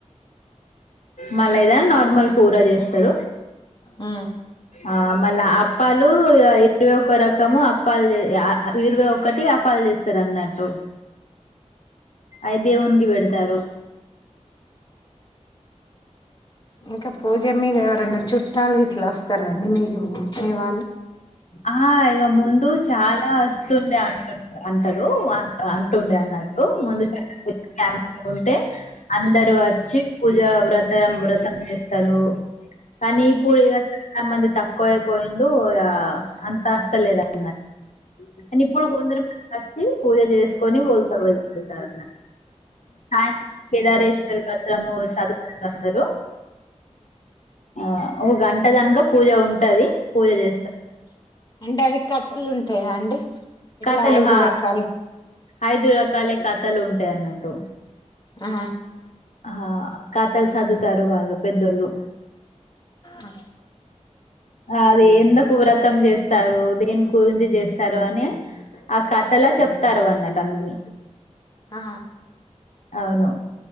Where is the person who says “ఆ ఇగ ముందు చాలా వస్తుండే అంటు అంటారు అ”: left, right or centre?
Left